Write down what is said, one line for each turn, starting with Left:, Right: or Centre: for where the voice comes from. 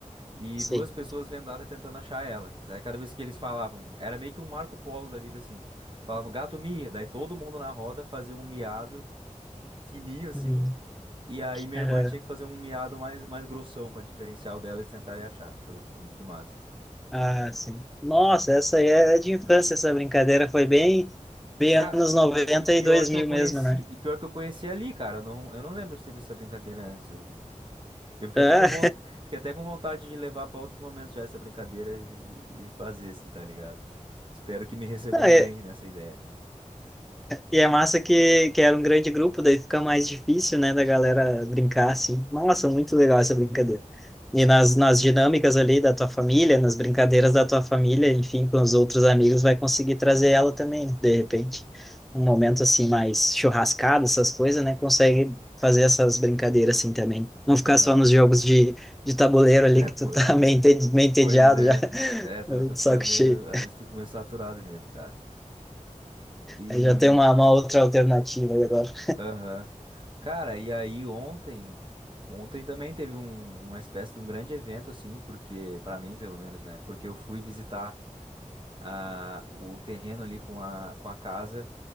Right: e
Centre: Sei.
Right: duas pessoas vendadas tentando achar ela. E daí cada vez que eles falavam, era meio que um Marco Polo da vida assim. Falavam gato mia, daí todo mundo na roda fazia um miado fininho assim.
Centre: Uhum.
Right: E aí minha
Centre: Aham.
Right: irmã tinha que fazer um miado mais mais grossão pra diferenciar o dela e tentarem achar. Foi, foi muito massa.
Centre: Ah, sim. Nossa, essa aí é de infância, essa brincadeira foi bem, bem
Right: Cara,
Centre: anos 90
Right: E pior
Centre: e dois
Right: que
Centre: mil
Right: eu conheci,
Centre: mesmo, né?
Right: e pior que eu conheci ali, cara. Eu não, eu não lembro de ter visto essa brincadeira antes. Eu, eu fiquei
Centre: Ah,
Right: até com vontade, fiquei até com vontade de levar pra outros momentos já essa brincadeira e, e fazer assim, tá ligado? Espero que me recebam
Centre: <laughs>
Right: bem nessa ideia.
Centre: E é massa que, que era um grande grupo, daí fica mais difícil, né, da galera brincar assim. Nossa, muito legal essa brincadeira. E nas, nas dinâmicas ali da tua família, nas brincadeiras da tua família, enfim, com os outros amigos, vai conseguir trazer ela também, né? de repente. Um momento assim mais churrascado, essas coisas, né, consegue fazer essas brincadeiras assim também. Não ficar
Right: Aham.
Centre: só nos
Right: <laughs>
Centre: jogos de, de tabuleiro ali
Right: É,
Centre: que
Right: pô.
Centre: tu tá <laughs> meio entedi- meio entediado
Right: Pois é.
Centre: já, <laughs>
Right: É, tô, tô
Centre: de
Right: ficando
Centre: saco
Right: meio,
Centre: cheio.
Right: às vezes fico meio saturado mesmo, cara. E
Centre: Aí já tem uma, uma outra alternativa aí agora.
Right: Aham. Cara, e aí ontem, ontem também teve um- uma espécie de um grande evento assim, porque para mim, pelo menos, né? Porque eu fui visitar a, o terreno ali com a, com a casa,